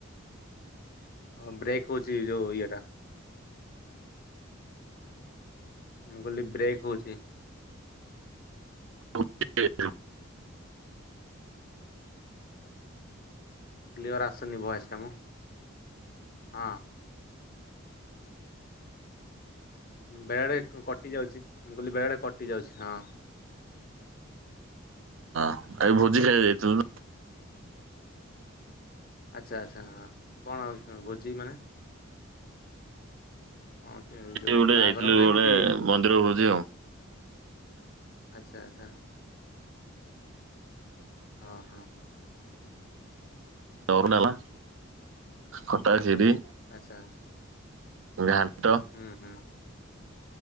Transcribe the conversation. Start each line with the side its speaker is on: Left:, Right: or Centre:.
Left: ହଁ ବ୍ରେକ୍ ହଉଛି ଯୋଉ ଇଏ ଟା। ମୁଁ କହିଲି ବ୍ରେକ୍ ହଉଛି।
Right: <unintelligible>
Left: କ୍ଲିଅର୍ ଆସୁନି ଭଏସଟା ମ ହଁ। ବେଳେଡେ କଟି ଯାଉଛି ମୁଁ କହିଲି ବେଳେଡେ କଟି ଯାଉଛି ହଁ।
Right: ଆଉ ଭୋଜି ଖାଇ ଯାଇଥିଲୁ
Left: ଆଚ୍ଛା ଆଚ୍ଛା କଣ ଆଉ ଭୋଜି ମାନେ? ହଁ ଏଇ ଯୋଉ
Right: ଗୋଟେ
Left: ବାହାଘର
Right: ଯାଇଥିଲୁ
Left: ନା
Right: ଗୋଟେ
Left: ଏମିତି?
Right: ମନ୍ଦିର ଭୋଜି ଆଉ।
Left: ଆଚ୍ଛା ଆଚ୍ଛା। ଓହୋ।
Right: ଦରୁନଲା
Left: ହୁଁ
Right: ଖଟା କ୍ଷୀରି।
Left: ଆଚ୍ଛା ଆଚ୍ଛା।
Right: ଘାଣ୍ଟ।
Left: ହୁଁ ହୁଁ।